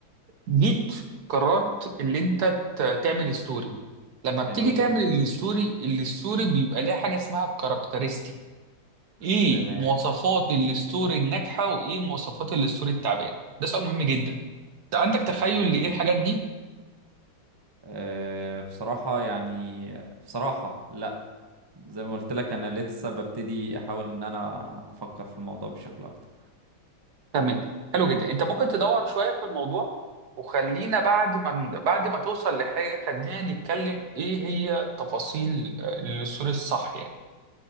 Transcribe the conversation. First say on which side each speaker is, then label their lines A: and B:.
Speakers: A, on the right; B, on the right.
A: جيت قررت اللي انت ت- تعمل ستوري لما بتيجي
B: حلو
A: تعمل
B: جدا
A: الستوري الستوري بيبقى ليها حاجه اسمها characteristics ايه
B: تمام
A: مواصفات الستوري الناجحه وايه مواصفات الستوري التعبانه ده سؤال مهم جدا انت عندك تخيل
B: تمام
A: لايه الحاجات دي
B: أه بصراحة يعني بصراحة لا زي ما قلت لك انا لسه ببتدي احاول ان انا افكر في الموضوع بشكل اكتر
A: تمام حلو جدا انت ممكن تدور شويه في الموضوع وخلينا بعد ما بعد ما توصل لحاجه خلينا نتكلم ايه هي تفاصيل آه، الستوري الصح يعني